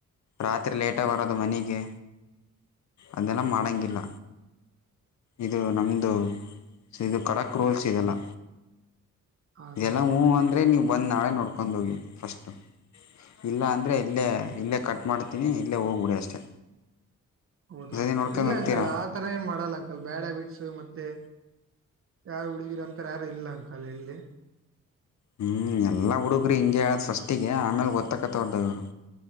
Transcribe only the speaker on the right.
ಹಾ ಅಂಕಲ್
ಹೌದಾ
ಅಂಕಲ್
ಇಲ್ಲ
ಅಂಕಲ್ ಆ ತರ ಏನ್ ಮಾಡಲ್ಲ ಅಂಕಲ್ ಬ್ಯಾಡ್ ಹ್ಯಾಬಿಟ್ಸ್ ಮತ್ತೆ ಯಾರು ಹುಡುಗಿರ ಅಂತಾರೆ ಯಾರು ಇಲ್ಲ ಅಂಕಲ ಇಲ್ಲಿ -